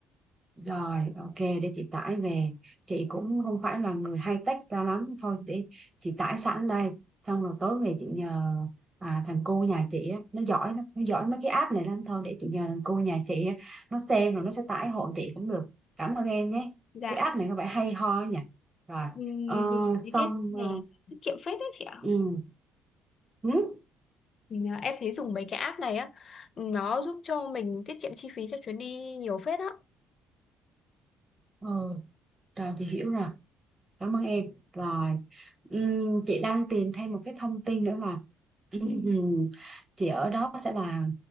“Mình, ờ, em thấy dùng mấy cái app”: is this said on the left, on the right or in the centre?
Left